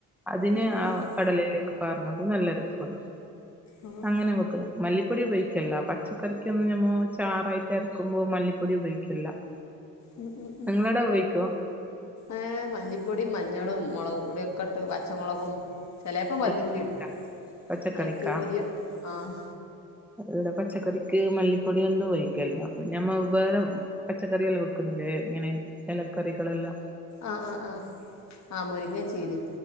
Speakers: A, in the centre; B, on the left.
A: അതിന്
B: ഉം
A: ആഹ്
B: ഉം ഉം
A: കടലയിലേക്ക് പാർന്നെങ്കും നല്ല രസമുണ്ട്
B: ആഹ്
A: അങ്ങെനെ വെക്ക്ന്നത് മല്ലിപ്പൊടി ഉപയോഗിക്കില്ല പച്ചക്കറിക്കൊന്നും നമ്മ ചാറായിട്ടരക്കുമ്പോ മല്ലിപ്പൊടി ഉപയോഗിക്കില്ല. <inaudible>
B: ഉം ഉം ഉം.
A: നിങ്ങളവിടെ ഉപയോഗിക്കോ
B: ഏഹ് മല്ലിപ്പൊടിം മഞ്ഞളും മൊളക് പൊട്യോക്കെട്ട് പച്ചമൊളകും. ചെലേപ്പൊ വല്ലുള്ളിടും
A: പച്ച പച്ചക്കറിക്കാ
B: അയിക്ക് വലിയ ആഹ്.
A: ഇടെ പച്ചക്കറിക്ക് മല്ലിപ്പൊടിയെന്തു വൊയിക്കല്ല്യ. പിന്നെ നമ്മവ്വേറെ. പച്ചക്കറിയെല്ലോം വെക്കുന്നില്ലേ ഇങ്ങനെ ഇലക്കറികളെല്ലാ
B: ആഹ് ആഹ് ആഹ് ആഹ് മുരിങ്ങേം ചീരേം